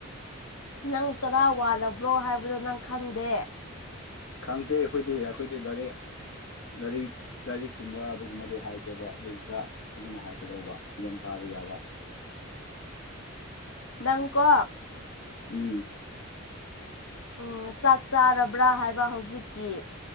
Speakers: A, on the left; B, on the left.
A: ꯅꯪ ꯆꯔꯥ ꯋꯥꯜꯂꯕ꯭ꯔꯣ ꯍꯥꯏꯕꯗꯣ ꯅꯪ ꯈꯪꯗꯦ
B: ꯈꯪꯗꯦ ꯑꯩꯈꯣꯏꯗꯤ ꯑꯩꯈꯣꯏꯗꯤ ꯂꯥꯏꯔꯤꯛ ꯂꯥꯏꯔꯤꯛ ꯂꯥꯏꯔꯤꯛꯀꯨꯝꯕ ꯑꯗꯨꯒꯨꯝꯕꯗꯤ ꯍꯥꯏꯗꯦꯕ ꯑꯗꯨꯒꯤ ꯈꯔ ꯑꯗꯨꯅ ꯍꯥꯏꯕꯤꯔꯛꯎꯕ ꯒ꯭ꯌꯥꯟ ꯇꯥꯕ ꯌꯥꯕ
A: ꯅꯪꯀꯣ
B: ꯎꯝ
A: ꯎ ꯆꯥꯛ ꯆꯥꯔꯕ꯭ꯔꯥ ꯍꯥꯏꯕ ꯍꯧꯖꯤꯛꯀꯤ